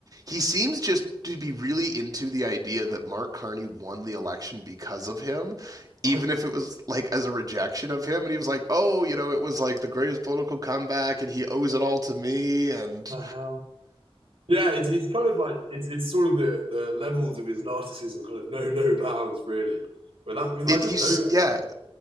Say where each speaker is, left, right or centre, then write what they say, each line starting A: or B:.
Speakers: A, on the right (about 40°); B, on the right (about 70°).
A: he seems just to be really into the idea that Mark Carney won the election because of him,
B: right.
A: even if it was like as a rejection of him. And he was like, oh, you know, it was like the greatest political comeback and he owes it all to me. And
B: The hell? Yeah, it's it's kind of like it's it's sort of the the levels of his narcissism kind of know no bounds really. But that I mean,
A: it,
B: I didn't
A: he's,
B: know that.
A: yeah,